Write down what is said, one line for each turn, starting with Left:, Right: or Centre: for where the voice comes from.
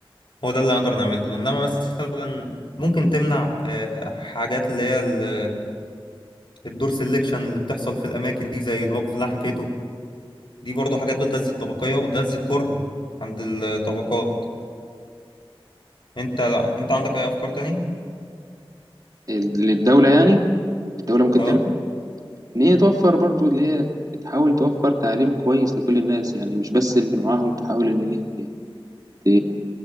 Left: هو ده اللي نقدر نعمله انما مثلا ممكن تمنع آه، حاجات اللي هي ال- الدور سيلكشن اللي بتحصل في الاماكن دي زي الموقف اللي أنا حكيته دي برضو حاجات بتغذي الطبقية وبتغذي الكره عند الطبقات انت انت عندك اي افكار تانية
Right: للدولة يعني الدولة ممكن
Left: اه
Right: تعمل ان هي توفر برضو اللي هي تحاول توفر تعليم كويس لكل الناس يعني مش بس اللي معاهم تحاول ان هي ت- ت-